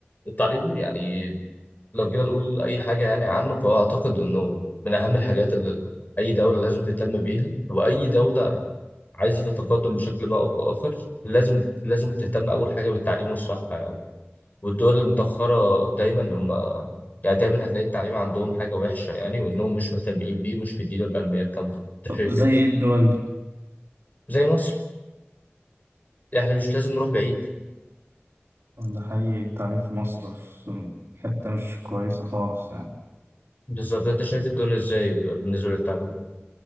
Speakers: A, on the left; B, on the right.
A: التعليم يعني لو جينا نقول أي حاجة يعني عنه فهو أعتقد إنه من أهم الحاجات اللي أي دولة لازم تهتم بيها وأي دولة عايزة تتقدم بشكل ما أو بآخر لازم لازم تهتم أول حاجة بالتعليم والصحة يعني والدول المتأخرة دايما هم يعني دايما هتلاقي التعليم عندهم حاجة وحشة يعني وإنهم مش مهتمين بيه ومش مديله الأهمية الكاملة أنت
B: طب
A: شايف
B: زي
A: إيه؟
B: ايه الدول دي؟
A: زي مصر يعني مش لازم نروح بعيد
B: ده حقيقي التعليم في مصر في حتة مش كويسة خالص يعني
A: بالظبط أنت شايف الدنيا إزاي بالنسبة للتعليم؟